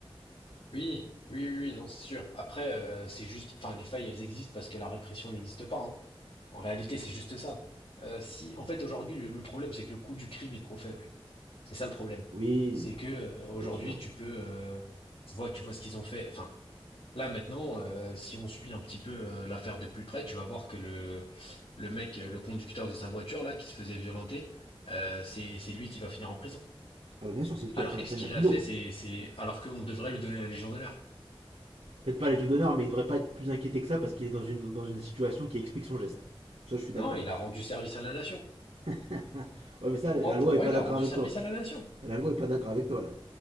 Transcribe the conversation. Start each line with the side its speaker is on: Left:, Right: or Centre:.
Left: Oui, oui, oui, oui, non, c'est sûr. Après, euh, c'est juste, enfin, les failles, elles existent parce que la répression n'existe pas, hein. En réalité, c'est juste ça. Euh, si, en fait, aujourd'hui, le, le problème, c'est que le coût du crime est trop faible. C'est ça le problème.
Right: Oui,
Left: C'est que euh, aujourd'hui,
Right: bien sûr.
Left: tu peux, euh, tu vois, tu vois ce qu'ils ont fait. Enfin, là maintenant, euh, si on suit un petit peu euh, l'affaire de plus près, tu vas voir que le, le mec, euh, le conducteur de sa voiture là, qui se faisait violenter, euh, c'est, c'est lui qui va finir en prison.
Right: Ah bah bien sûr, c'est lui
Left: Alors
Right: qui prend
Left: que
Right: la
Left: ce
Right: peine
Left: qu'il
Right: la plus
Left: a
Right: lourde.
Left: fait, c'est, c'est, alors qu'on devrait lui donner la Légion d'honneur.
Right: Peut-être pas les Légion d'honneur, mais il devrait pas être plus inquiété que ça parce qu'il est dans une, dans une situation qui explique son geste. Ça, je suis
Left: Non,
Right: d'accord.
Left: il a rendu service à la nation.
Right: <laughs> ouais, mais ça, la
Left: Moi, pour
Right: loi
Left: moi,
Right: est pas
Left: il
Right: d'accord
Left: a rendu
Right: avec
Left: service
Right: toi.
Left: à la nation.
Right: La loi est pas d'accord avec toi là.